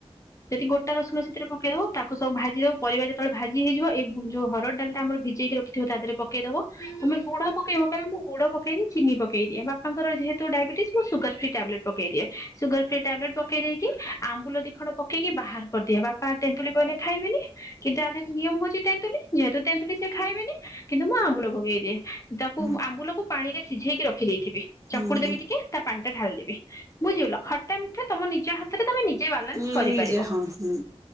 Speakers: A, on the left; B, on the right.
A: ଯଦି ଗୋଟା ରସୁଣ ସେଥିରେ ପକେଇଦବ ତାକୁ ସବୁ ଭାଜିଦବ ପରିବା ଯେତେବେଳେ ଭାଜି ହେଇଯିବ ଏଇ ହରଡ୍ ଡାଲି ଟା ଭିଜେଇକି ରଖିିବ ତା ଦେହ କେ ଦବ। ତମେ ଗୁଡ ପକେଇବ କାଇଁ ନା ମୁ ଗୁଡ ପକେଇନି ଚିନି ପକେଇଦିଏ ବା ତାଙ୍କର ଯେହେତୁ ଡାଇବେଟିସ୍ ସୁଗର ଫି ଟ୍ୟାବଲେଟ ପକେଇ ଦିଏ। ସୁଗର ଫ୍ରି ଟେବଲେଟ ପକେଇ ଦେଇ କି ଆମ୍ବୁଲ ଦିଖଣ୍ଡ ପକେଇକି ବାହାର ପଟିଆ ବାପା ତେନ୍ତୁଲି ପଇନେ ଖାଇବେନି କିନ୍ତୁ ଆମେ ନିୟମ ହଉଛି ତେନ୍ତୁଲି ଯେହେତୁ ତେନ୍ତୁଲି ସେ ଖାଇବେନି କିନ୍ତୁ ମୁଁ ଆମ୍ବୁଲ ପକେଇଦିଏ ତାକୁ ମୁଁ
B: ହୁଁ
A: ଆମ୍ବୁଲକୁ ପାଣିରେ ସିଝେଇକି ରଖିଦେଇଥିବି ଚକୁଡି
B: ହୁଁ
A: ଦେବି
B: ହୁଁ
A: ଟିକେ ତା ପାଣି ଟା ଢାଳିଦେବି ବୁଝିଗଲ ଖଟା ମିଠା। ତମ ନିଜ ହାତରେ ତମେ ନିଜ୍ ଯେ ବାଲାନ୍ସ
B: ନିଜେ
A: କରିପାରିବ
B: ହଁ ହୁଁ